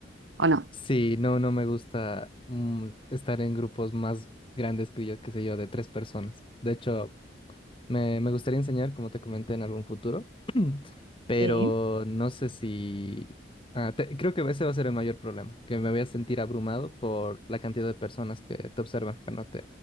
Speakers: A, on the right (about 85°); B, on the left (about 30°).
A: o no?
B: Sí, no, no me gusta mm, estar en grupos más grandes que yo, qué sé yo, de tres personas. De hecho, me, me gustaría enseñar, como te comenté, en algún futuro. pero
A: Sí.
B: no sé si... ah, te- creo que ese va a ser el mayor problema, que me voy a sentir abrumado por la cantidad de personas que te observan cuando te,